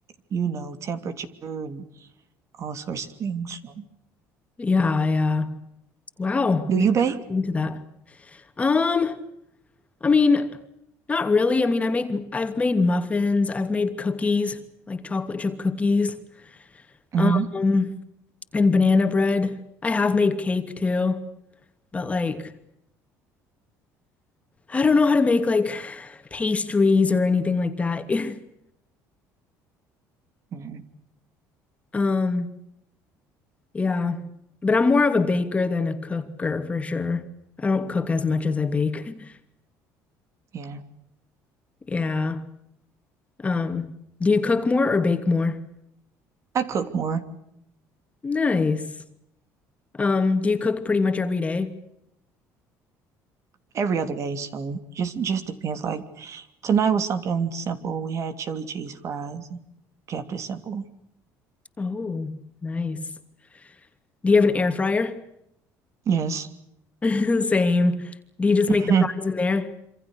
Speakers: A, on the right; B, on the left.
A: you know, temperature and all sorts of things. So.
B: Yeah, yeah. Wow.
A: Do
B: Maybe
A: you bake?
B: I'll get into that. Um, I mean, not really. I mean, I make I've made muffins, I've made cookies, like chocolate chip cookies,
A: hmm
B: um, and banana bread. I have made cake too, but like I don't know how to make like pastries or anything like that. <laughs>
A: hmm
B: Um, yeah. But I'm more of a baker than a cooker for sure. I don't cook as much as I bake. <laughs>
A: Yeah,
B: Yeah. Um, do you cook more or bake more?
A: I cook more
B: Nice. Um, do you cook pretty much every day?
A: every other day, so just just depends. Like tonight was something simple. We had chili cheese fries. Kept it simple.
B: Oh, nice. Do you have an air fryer?
A: Yes.
B: <laughs> Same. Do you just
A: Mhm.
B: make the fries in there?